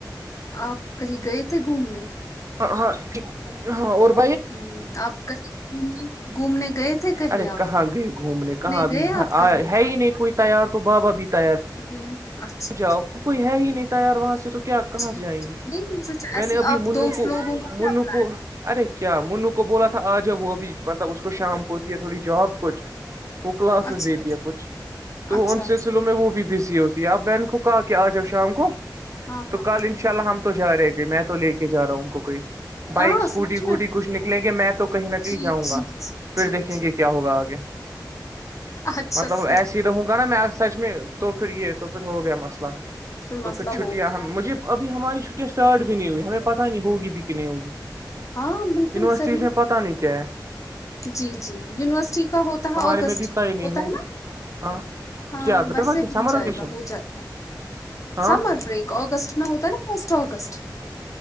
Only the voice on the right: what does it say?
ہاں ہاں ہاں اور <unintelligible>
ارے
کہاں گئے گھومنے کہاں
بھی
ہے ہی نہیں کوئی تیار تو بابا بھی تیار <unintelligible>
جاؤ
کوئی ہے ہی نہیں تھا یار وہاں سے تو <unintelligible> کیاپ کہاں
سے آئیں گے
میں
نے ابھی
منو
کو
منو
کو <unintelligible> ارے کیا منو کو بولا تھا آ جب وہ ابھی مطلب اس کو شام کوتی ہے تھوڑی جاب کچھ وہ کلاسز
دیتی ہے کچھ
تو
ان
سلسلوں میں وہ بھی بزی ہوتی ہے آپ بہن کو کہا کہ آ جاؤ شام کو
تو
کال ان <unintelligible> ان شاء ال ہم تو جا رہے گے م میں تو لے کے جا ہوں کوئی <unintelligible> بائک
اسکوٹی
ووٹی کچھ نکلیں گے میں تو کہیں نہ کہیں
جاؤں
گا پھر
دیکھیں
گے کیا ہوگا آگے <unintelligible>
مطلب
ایسے رہوں گا نا میں سچ میں تو پھر یہ تو پھر ہو گیا مسئلہ
تو پھر چھٹیاں
ہم مجھے ابھی ہماری چھٹیاں اسٹارٹ بھی نہیں ہوئییں ہمیں پتہ نہیں ہوگی بھی کہ نہیں ہوگی
یونیورسٹیز
میں پتہ نہیں کیا ہے
ہمارے
میں بھی پائی نہیں
ہوگی
ہاں
کیا بیٹر
ب
سمر
ویکیشن
ہاں